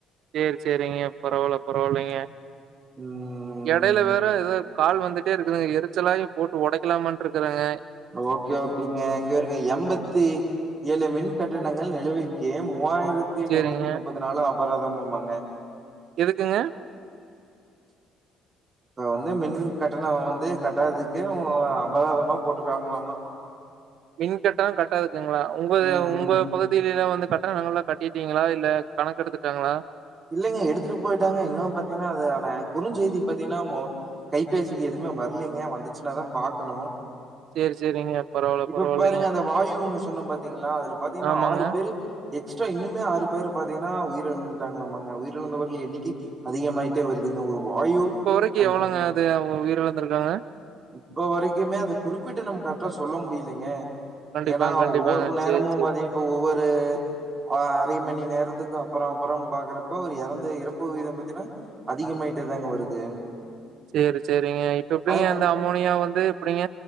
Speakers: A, on the right; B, on the right.
A: சேர் சேரிங்க பரவால்ல பரவால்லைங்க
B: ம்
A: எடைல வேற எதோ கால் வந்துட்டே இருக்குதுங்க எரிச்சலாயி போட்டு ஒடைக்கலாமான்ருக்குறெங்க
B: ஓகே ஓகேங்க இங்காருங்க எம்பத்தி ஏழு மின் கட்டணங்கள் நிலுவை க்கி மூவாய ரத்தி
A: சேரிங்க.
B: முன்னூத்தி முப்பது நாலு அபராதமும் மாங்க
A: எதுக்குங்க
B: இப்ப வந்து மின் கட்டண வந்து கட்டாததுக்கு ஒ அபராதமா போட்ருக்காங்களாமா
A: மின் கட்டணொ கட்டாது க்குங்ளா உங்கது
B: ம்
A: உங்க பகுதிலேலா வந்து கட் டணங்கள்லா கட்டிட்டீங்களா இல்ல கணக்கெடுத்துட்டாங்களா?
B: இல்லெங்க எடுத்துட்டு போயிட்டாங்க இன்னு பாத்திங்னா அது ஆன குறுஞ்செய்தி பாத்திங்னா மொ கைபேசிக்கு எதுமே வர்லிங்க வந்துச்சுன்னாதா பாக்கனு
A: சேரி சேரிங்க பரவால்ல
B: இப்ப
A: பரவால்லைங்க
B: பாருங்க அந்த வாயு ஒன்னு சொன்ன பாத்திங்ளா அதுல பாத்திங்னா
A: ஆமாங்க
B: ஆறு பேரு எக்ஸ்ட்ரா இன்னுமே ஆறு பேரு பாத்திங்னா உயிரிழந்து ட்டாங்ளாமாங்க உயிரிழந்தவர்கள் எண்ணிக்கை அதிகமாயிட்டே வருதுங்க ஒரு வாயு
A: இப்ப வரைக்கு
B: அது
A: எவ்ளோங்க அது அவுங்க உயிர் இழந்துர்காங்க
B: இப்ப வரைக்குமே அது குறிப்பிட்டு நம்ம கர்ட்டா சொல்ல முடிலெங்க
A: கண்டிப்பாங்க
B: ஏனா
A: கண்டிப்பாங்க
B: ஒவ்வொரு நேரமு
A: சேரி சேரி
B: பாத்திங் இப்ப ஒவ்வொரு ப்பு அ அரைமணி நேரத்துக்கு அப்புறோ அப்புறோ இறந்த இறப்பு விகிதம் பாத்திங்கன்னா அதிகமாயிட்டேதாங்க வருது
A: செரி செரிங்கா இப்ப எப்டிங்க
B: அது
A: அந்த அமோனிய வந்து எப்டிங்க